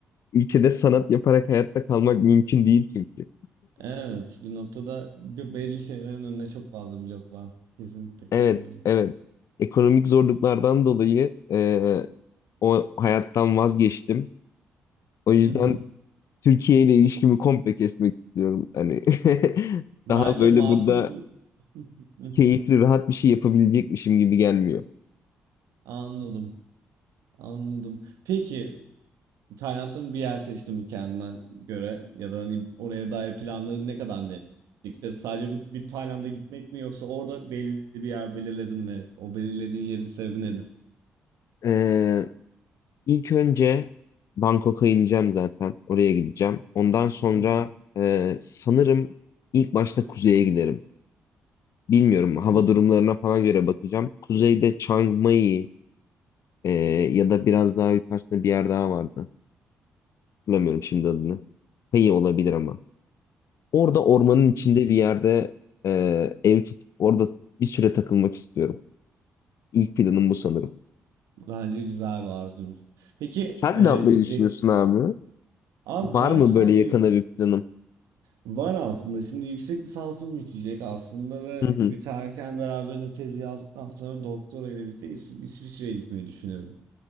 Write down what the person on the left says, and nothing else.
Ülkede sanat yaparak hayatta kalmak mümkün değil çünkü.
Evet, evet. Ekonomik zorluklardan dolayı e, o hayattan vazgeçtim. O yüzden
Türkiye ile ilişkimi komple kesmek istiyorum. Hani <laughs>
daha böyle
burada
keyifli, rahat bir şey yapabilecekmişim gibi gelmiyor.
Ee, ilk önce Bangkok'a ineceğim zaten. Oraya gideceğim. Ondan sonra
e, sanırım ilk başta kuzeye giderim. Bilmiyorum hava
durumlarına falan göre bakacağım. Kuzeyde Chiang Mai e, ya da biraz daha yukarısında bir yer daha vardı. Hatırlamıyorum şimdi adını. Pai olabilir ama. Orada ormanın içinde
bir yerde e, ev tutup orada bir süre takılmak istiyorum. İlk planım bu sanırım.
Sen
ne yapmayı düşünüyorsun
abi?
Var
mı
böyle
yakında
bir planım?
Hı hı.